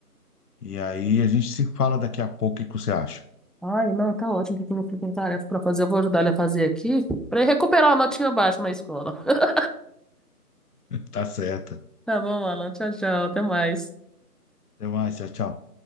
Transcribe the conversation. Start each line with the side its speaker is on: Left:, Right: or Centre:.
Left: e aí a gente se fala daqui a pouco. O que que você acha?
Centre: Ai, não, tá ótimo, porque eu não fico com tarefa pra fazer. Eu vou ajudar ele a fazer aqui, pra ele recuperar uma notinha baixa na escola. <laughs>
Left: Tá certo.
Centre: Tá bom, Alan. Tchau, tchau. Até mais.
Left: Até mais, tchau, tchau.